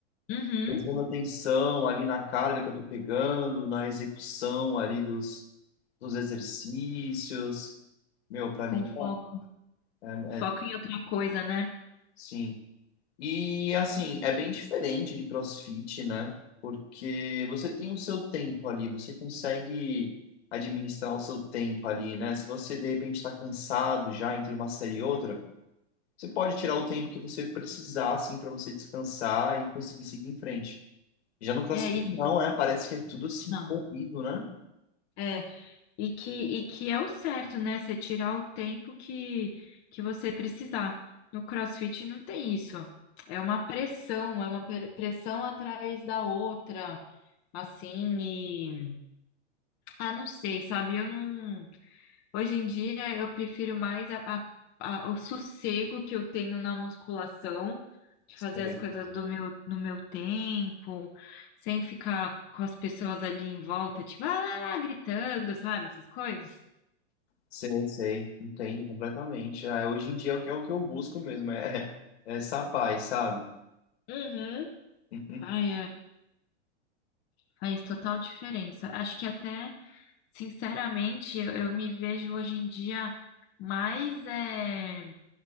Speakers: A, on the left; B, on the left.
A: Uhum,
B: Prestando atenção ali na carga que eu tô pegando, na execução ali dos, dos exercícios. Meu, pra
A: com
B: mim
A: foco.
B: é,
A: Foco
B: é
A: em outra coisa, né?
B: sim. E assim, é bem diferente de CrossFit, né? Porque você tem o seu tempo ali, você consegue administrar o seu tempo ali, né? Se você de repente está cansado já entre uma série e outra, Você pode tirar o tempo que você precisar, assim, para você descansar e conseguir seguir em frente. Já no CrossFit
A: É, e
B: não, é, parece que é tudo assim,
A: não.
B: corrido, né?
A: É, e que, e que é o certo, né? Você tirar o tempo que, que você precisar. No CrossFit não tem isso. É uma pressão, é uma pre- pressão atrás da outra, assim, e ah, não sei, sabe? Eu não. Hoje em dia eu prefiro mais a, a- a- o sossego que eu tenho na musculação, de
B: Sim.
A: fazer as coisas do meu, no meu tempo, sem ficar com as pessoas ali em volta, tipo, ah, lá, lá, gritando, sabe? Essas coisas.
B: Sei, sei, entendo completamente. Ah, hoje em dia é o que, é o que eu busco mesmo, é, <laughs> é essa paz, sabe?
A: Uhum.
B: <laughs>
A: Ai, é, faz total diferença. Acho que até, sinceramente, eu, eu me vejo hoje em dia mais, é,